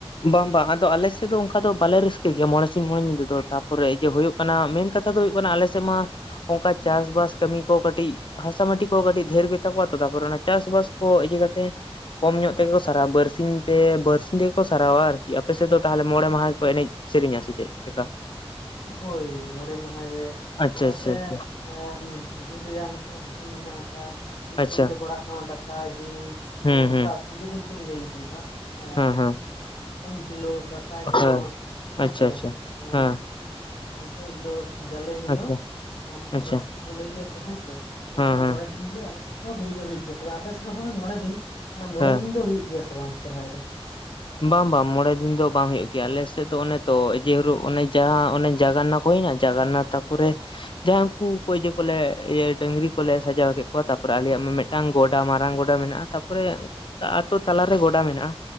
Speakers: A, on the left; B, on the left.
A: ᱵᱟᱝ ᱵᱟᱝ ᱟᱫᱚ ᱟᱞᱮᱥ ᱥᱮᱫ ᱫᱚ ᱚᱱᱠᱟ ᱫᱚ ᱵᱟᱞᱮ ᱨᱟᱹᱥᱠᱟᱹ ᱜᱮᱭᱟ ᱢᱚᱬᱮ ᱥᱤᱧ ᱢᱚᱬᱮ ᱧᱤᱫᱟᱹ ᱫᱚ ᱛᱯᱚᱨᱮ ᱤᱭᱟᱹ ᱦᱳᱭᱳᱜ ᱠᱟᱱᱟ ᱢᱮᱱ ᱠᱟᱛᱷᱟ ᱫᱚ ᱦᱩᱭᱩᱜ ᱠᱟᱱᱟ ᱟᱞᱮᱥᱮᱫ ᱢᱟ ᱚᱱᱠᱟ ᱪᱟᱥᱵᱟᱥ ᱠᱟᱹᱢᱤ ᱠᱚ ᱠᱟᱹᱴᱤᱜ ᱦᱟᱥᱟ ᱢᱟᱴᱤ ᱠᱚ ᱠᱟᱹᱴᱤᱡ ᱰᱷᱮᱨ ᱜᱮᱛᱟ ᱠᱚᱣᱟ ᱛᱚ ᱛᱟᱯᱚᱨᱮ ᱚᱱᱟ ᱪᱟᱥᱵᱟᱥ ᱠᱚ ᱤᱫᱤ ᱠᱟᱛᱮᱜ ᱠᱚᱢ ᱧᱚᱜ ᱛᱮᱜᱮᱠᱚ ᱥᱟᱨᱟᱜᱼᱟ ᱵᱟᱨᱥᱤᱧ ᱛᱮ ᱵᱟᱨᱥᱤᱧ ᱛᱮ ᱠᱚ ᱥᱟᱨᱟᱣᱟ ᱟᱨᱠᱤ ᱟᱯᱮ ᱥᱮᱫ ᱫᱚ ᱛᱟᱦᱚᱞᱮ ᱢᱚᱬᱮ ᱢᱟᱦᱟ ᱠᱚ ᱮᱱᱮᱡ ᱥᱮᱨᱮᱧᱟ ᱥᱮ ᱪᱮᱫ ᱮᱠᱟ?
B: ᱦᱳᱭ ᱢᱚᱬᱮ ᱢᱟᱦᱟ ᱜᱮ
A: ᱟᱪᱪᱷᱟ
B: ᱪᱮᱫᱟᱜ
A: ᱟᱪᱪᱷᱟ
B: ᱥᱮ
A: ᱟᱪᱪᱷᱟ
B: ᱮ ᱫᱤᱱ ᱨᱮᱭᱟᱜ ᱢᱤᱫᱴᱮᱱ ᱦᱟᱹᱴᱤᱧ ᱢᱮᱱᱟᱜᱼᱟ᱾ ᱢᱤᱫ
A: ᱟᱪᱪᱷᱟ
B: ᱫᱤᱱ ᱫᱚ ᱯᱟᱲᱟᱜ ᱠᱟᱱᱟ ᱫᱟᱠᱟᱭ ᱫᱤᱱ ᱢᱟᱱᱮ
A: ᱦᱩᱸ
B: ᱚᱱᱠᱟ
A: ᱦᱩᱸ
B: ᱯᱳᱭᱞᱳ ᱫᱤᱱ ᱠᱷᱚᱱ ᱤᱧ ᱞᱟᱹᱭ ᱤᱫᱤᱭᱫᱟ᱾ ᱮ
A: ᱦᱮᱸ ᱦᱮᱸ ᱦᱮᱸ
B: ᱩᱢ ᱦᱤᱞᱳᱜ ᱫᱟᱠᱟᱭ
A: ᱟᱪᱪᱷᱟ
B: ᱦᱤᱞᱳᱜ ᱦᱮᱸᱥᱮ
A: ᱟᱪᱪᱷᱟ
B: ᱮ
A: ᱦᱮᱸ
B: ᱠᱷᱩᱱᱴᱟᱹᱣ ᱦᱤᱞᱳᱜ ᱡᱟᱞᱮ ᱦᱤᱞᱳᱜ
A: ᱟᱪᱪᱷᱟ
B: ᱟᱨ ᱢᱤᱫᱴᱮᱱ
A: ᱟᱪᱪᱷᱟ
B: ᱵᱟᱥᱠᱮ ᱵᱚ ᱞᱟᱹᱭ ᱜᱮᱭᱟ ᱛᱚ ᱦᱮᱸᱥᱮ ᱚᱱᱟ
A: ᱦᱮᱸ
B: ᱠᱚ
A: ᱦᱮᱸ
B: ᱢᱚᱬᱮ ᱫᱤᱱ ᱜᱮ ᱟᱞᱮᱥᱮᱫ ᱫᱚ ᱦᱩᱭ ᱫᱚ ᱦᱩᱭᱩᱜ ᱜᱮᱭᱟ᱾ ᱛᱚᱵᱮ ᱟᱯᱮᱥᱮᱫ ᱫᱚ ᱱᱚᱜᱼᱚᱭ ᱢᱚᱬᱮ ᱫᱤᱱ ᱚᱱᱟ ᱢᱚᱬᱮ
A: ᱦᱮᱸ
B: ᱫᱤᱱ ᱫᱚ ᱦᱩᱭᱩᱜ ᱜᱮᱭᱟ ᱥᱮ ᱵᱟᱝ ᱥᱚᱨᱦᱟᱭ ᱨᱮ?
A: ᱵᱟᱝ ᱵᱟᱝ ᱢᱚᱬᱮ ᱫᱤᱱ ᱫᱚ ᱵᱟᱝ ᱦᱳᱭᱳᱜ ᱜᱮᱭᱟ ᱟᱞᱮᱥᱮᱫ ᱫᱚ ᱚᱱᱮ ᱛᱚ ᱤᱭᱟ. ᱦᱤᱞᱳᱜ ᱚᱱᱮ ᱡᱟᱦᱟᱸ ᱚᱱᱮ ᱡᱟᱜᱟᱱᱱᱟ ᱦᱳᱭᱱᱟ ᱡᱟᱜᱟᱱᱱᱟ ᱛᱟᱯᱚᱨᱮ ᱡᱟᱦᱟᱸ ᱩᱝᱠᱩ ᱠᱚᱭ ᱡᱮ ᱠᱚᱞᱮ ᱰᱟᱹᱝᱨᱤ ᱠᱚᱞᱮ ᱥᱟᱡᱟᱣ ᱠᱮᱜ ᱠᱚᱣᱟ ᱛᱟᱯᱚᱨᱮ ᱟᱞᱮᱭᱟᱜ ᱢᱮ ᱢᱮᱴ ᱢᱤᱫᱴᱟᱝ ᱜᱚᱰᱟ ᱢᱟᱨᱟᱝ ᱜᱚᱰᱟ ᱢᱮᱱᱟᱜᱼᱟ᱾ ᱛᱟᱯᱚᱨᱮ ᱟᱛᱳ ᱛᱟᱞᱟᱨᱮ ᱜᱚᱰᱟ ᱢᱮᱱᱟᱜᱼᱟ᱾